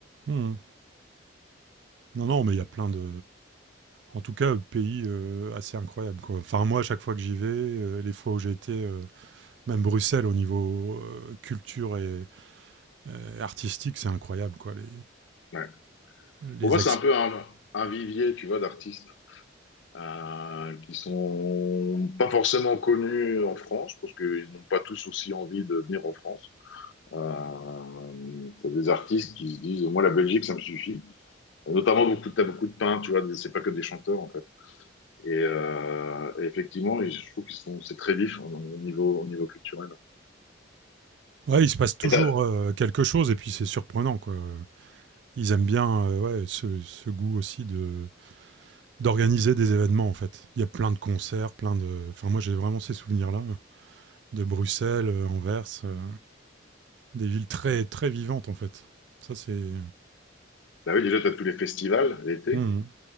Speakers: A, on the right (about 60°); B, on the left (about 70°).
A: Hmm. Non, non, mais il y a plein de. En tout cas, euh, pays euh, assez incroyable, quoi. Enfin, moi, à chaque fois que j'y vais, euh, les fois où j'ai été, euh, même Bruxelles, au niveau euh, culture et euh, artistique, c'est incroyable, quoi. Les,
B: Ouais.
A: les
B: Pour moi, c'est un peu un, un vivier, tu vois, d'artistes euh, qui sont pas forcément connus en France, parce qu'ils n'ont pas tous aussi envie de venir en France. Euh, t'as des artistes qui se disent, moi, la Belgique, ça me suffit. Notamment, beaucoup, t'as beaucoup de peintres, tu vois, des- c'est pas que des chanteurs, en fait. Et, euh, et effectivement, je trouve qu'ils sont, c'est très vif hein, au niveau, au niveau culturel.
A: Ouais, il se passe toujours,
B: Et t'as,
A: heu, quelque chose et puis c'est surprenant, quoi, Ils aiment bien, heu, ouais, ce ce goût aussi de d'organiser des événements, en fait. Il y a plein de concerts, plein de enfin, moi, j'ai vraiment ces souvenirs-là, de Bruxelles, heu, Anvers, heu, des villes très, très vivantes, en fait. Ça, c'est
B: bah oui, déjà, tu as tous les festivals l'été,
A: mmh